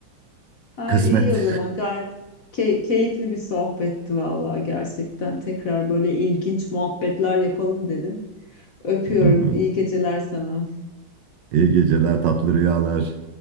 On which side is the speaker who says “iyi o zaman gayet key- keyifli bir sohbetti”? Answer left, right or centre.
Left